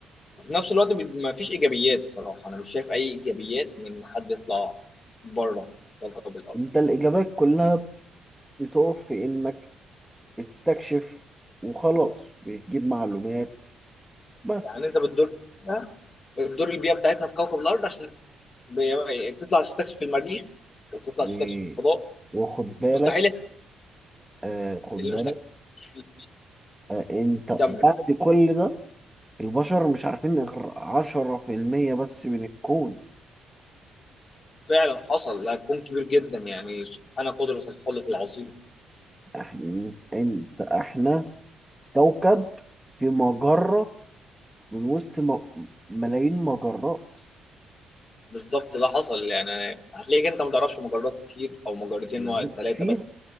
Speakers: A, on the left (about 40°); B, in the centre.
A: وفي نفس الوقت بي- ما فيش ايجابيات الصراحه انا مش شايف اي ايجابيات من حد يطلع بره كوكب الارض
B: انت الإجابات كلها بتقف في إنك بتستكشف وخلاص بتجيب معلومات بس
A: يعني انت بتدور بتدور البيئه بتاعتنا في كوكب الارض عشان ب- يعني تطلع تستكشف المريخ وتطلع
B: و...
A: تستكشف الفضاء
B: وخد بالك
A: المستحيل
B: آه خد
A: المستحيل
B: بالك آه أنت
A: كمل
B: بعد كل ده البشر مش عارفين غير عشرة في المية بس من الكون
A: فعلا حصل ده هتكون كبير جدا يعني سبحان قدرة الخلق العظيم
B: احنا أنت احنا كوكب في مجرة من وسط م... ملايين مجرات
A: بالظبط ده حصل يعني هتلاقيك انت ما تعرفش مجرات كتير او مجرتين
B: بالظبط
A: واحد ثلاثة
B: فيها
A: بس